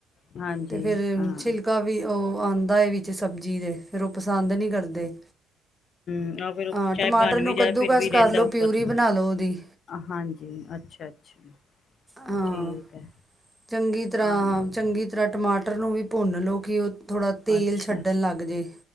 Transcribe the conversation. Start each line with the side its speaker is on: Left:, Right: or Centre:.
Left: ਹਾਂਜੀ
Centre: ਤੇ ਫੇਰ
Left: ਹਾਂ
Centre: ਛਿਲਕਾ ਵੀ ਉਹ ਆਉਂਦਾ ਏਹ ਵੀ ਵਿੱਚ ਸਬਜ਼ੀ ਦੇ ਫਿਰ ਉਹ ਪਸੰਦ ਨੀ ਕਰਦੇ।
Left: ਆਹੋ ਫੇਰ
Centre: ਹਾਂ ਟਮਾਟਰ
Left: ਚਾਹੇ ਬਣ
Centre: ਨੂੰ
Left: ਵੀ ਜਾ
Centre: ਕੱਦੂਕਸ
Left: ਫਿਰ ਵੀ ਰਹਿੰਦਾ
Centre: ਕਰ ਲਓ
Left: ਉੱਪਰ
Centre: ਪਿਊਰੀ ਬਣਾ ਲਓ ਉਹਦੀ
Left: ਹਾਂਜੀ ਅੱਛਾ-ਅੱਛਾ।
Centre: ਹਾਂ
Left: ਠੀਕ ਹੈ।
Centre: ਚੰਗੀ ਤਰ੍ਹਾਂ
Left: ਆ ਨਹੀਂ
Centre: ਚੰਗੀ ਤਰ੍ਹਾਂ ਟਮਾਟਰ ਨੂੰ ਵੀ ਭੁੰਨ ਲਓ ਕਿ ਉਹ ਥੋੜ੍ਹਾ ਤੇਲ
Left: ਅੱਛਾ
Centre: ਛੱਡਣ ਲੱਗ ਜੇ